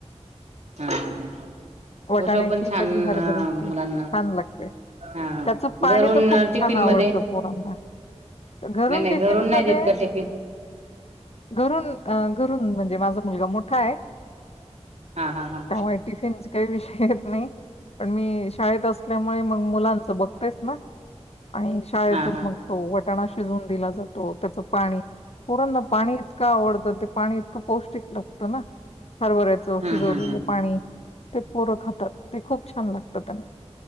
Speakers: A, on the right (about 75°); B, on the left (about 60°).
A: हा हा.
B: वटाण्याची
A: उसळ पण छान
B: कधी हरभऱ्याची
A: मुलांना
B: छान लागते,
A: हा हा
B: त्याच पाणी
A: घरून
B: तर खूप
A: टिफिन
B: छान आवडतं
A: मध्ये
B: पोरांना घरून
A: नाही नाही
B: टिफिन मध्ये
A: नाही देत का टिफिन
B: घरून घरून म्हणजे माझ मुलगा मोठा आहे.
A: हा हा हा.
B: त्यामुळे टिफिनचे काही विषय येत नाही, पण मी शाळेत असल्यामुळे मग मुलांच बघतयच ना आणि शाळेतून
A: हा हा
B: मग तो वटाणा शिजून दिला जातो त्याच पाणी पोरांना ना पाणी इतकं आवडतं ते पाणी इतकं पौष्टिक लागतं ना हरभऱ्याचं
A: हम्म
B: शिजवलेलं
A: हम्म हम्म
B: पाणी ते पोरं खातात ते खूप छान लागत. त्यांना